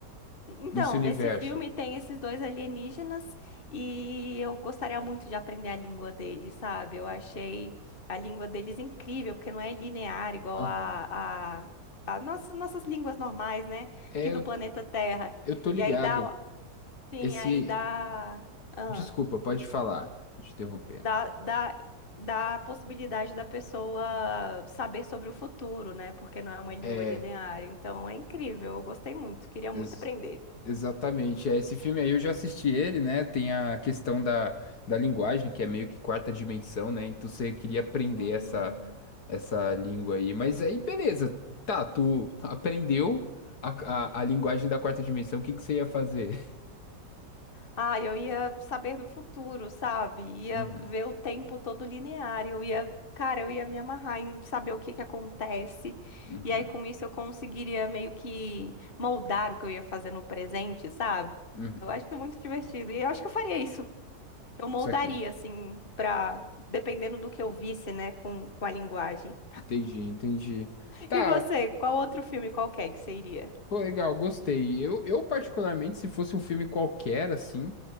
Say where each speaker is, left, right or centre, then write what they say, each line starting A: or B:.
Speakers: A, on the left (about 30°); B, on the left (about 65°).
A: Então,
B: Nesse universo?
A: nesse filme tem esses dois alienígenas e eu gostaria muito de aprender a língua deles, sabe? Eu achei a língua deles incrível, porque não é linear igual
B: Aham.
A: a, a, a nossas, nossas línguas normais, né?
B: É,
A: Aqui
B: eu,
A: do planeta Terra.
B: eu tô ligado.
A: E aí dá, sim,
B: Esse.
A: aí dá, ah,
B: Desculpa, pode falar. Tô te interrompendo.
A: dá, dá, dá a possibilidade da pessoa saber sobre o futuro, né? Porque não é uma língua
B: É,
A: linear. Então é incrível, eu gostei muito, queria
B: ex-
A: muito aprender.
B: exatamente. É, esse filme aí eu já assisti ele, né? Tem a questão da, da linguagem, que é meio que quarta dimensão, né? Então você queria aprender
A: Sim.
B: essa, essa língua aí. Mas aí, beleza. Tá, tu aprendeu a, a, a linguagem da quarta dimensão, o que que você ia fazer?
A: Ah, eu ia saber do futuro, sabe? Ia
B: <laughs> Uhum.
A: ver o tempo todo linear. Eu ia, cara, eu ia me amarrar em saber o que que acontece.
B: Uhum,
A: E aí, com isso, eu conseguiria meio que moldar o que eu ia fazer no presente, sabe?
B: uhum.
A: Eu acho muito divertido. E eu acho que eu faria isso. Eu moldaria,
B: Isso aqui.
A: assim, pra. Dependendo do que eu visse, né, com, com a linguagem.
B: Entendi, entendi. Tá,
A: E você, qual outro filme qualquer que você iria?
B: pô, legal, gostei. Eu, eu particularmente, se fosse um filme qualquer, assim,